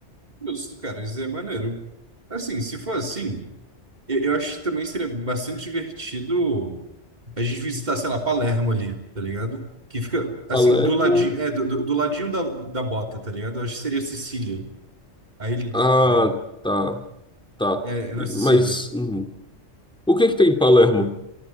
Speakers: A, on the right; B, in the centre.
A: Justo, cara, isso é maneiro. Assim, se for assim. Eu, eu acho que também seria bastante divertido a gente visitar, sei lá, Palermo ali, tá ligado? Que fica, assim,
B: Palermo.
A: do ladinho, é, do, do, do ladinho da, da bota, tá ligado? Eu acho que seria Sicília. Aí ele,
B: Ah,
A: né?
B: tá. Tá.
A: É, é na Sicília.
B: Mas uhum. o que é que tem em Palermo?